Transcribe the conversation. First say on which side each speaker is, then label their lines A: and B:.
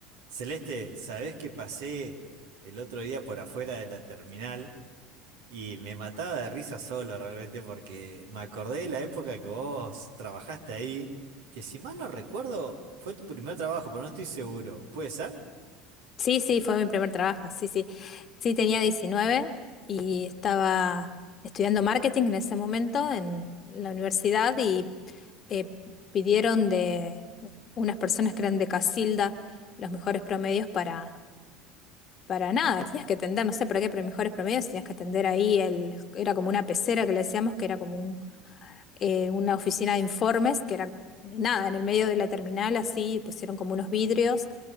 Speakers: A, on the right (about 65°); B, on the left (about 40°).
A: Celeste, ¿sabés que pasé el otro día por afuera de la terminal y me mataba de risa solo realmente porque me acordé de la época que vos trabajaste ahí, que si mal no recuerdo fue tu primer trabajo, pero no estoy seguro. ¿Puede ser?
B: Sí, sí, fue mi primer trabajo, sí, sí. Sí, tenía 19 y estaba estudiando marketing en ese momento en la universidad y eh, pidieron de unas personas que eran de Casilda los mejores promedios para, para nada, tenías que atender, no sé para qué, pero mejores promedios, tenías que atender ahí, el, era como una pecera que le decíamos, que era como un, eh, una oficina de informes, que era nada, en el medio de la terminal así pusieron como unos vidrios